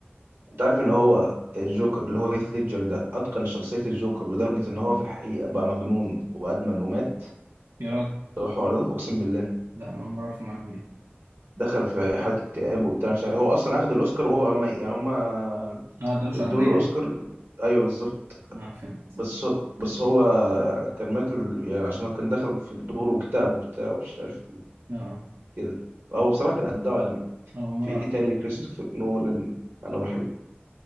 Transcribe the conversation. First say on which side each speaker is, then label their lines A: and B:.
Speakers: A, on the right (about 60°); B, on the right (about 85°).
A: انت عارف ان هو الجوكر اللي هو هيث ليدجر ده اتقن شخصية الجوكر لدرجة ان هو في الحقيقة بقى مجنون وادمن ومات
B: يا راجل
A: هو الحوار ده اقسم بالله
B: لا انا اول مره اعرف المعلومه دي
A: دخل في حالة اكتئاب وبتاع مش عارف هو اصلا اخد الاوسكار وهو ما يعني هما
B: اه ده مش
A: ادوله
B: عرفيه
A: الاوسكار
B: كده
A: ايوه بالظبط
B: اه فهمت
A: بس هو- بس هو كان مات ال- يعني عشان هو كان دخل في الدور واكتئب وبتاع ومش عارف ايه
B: اه آه.
A: كده هو بصراحة كان اداء عالمي
B: اول مره
A: في ايه
B: اعرف
A: تاني
B: المعلومة
A: كريستوفر
B: دي.
A: نولان انا بحب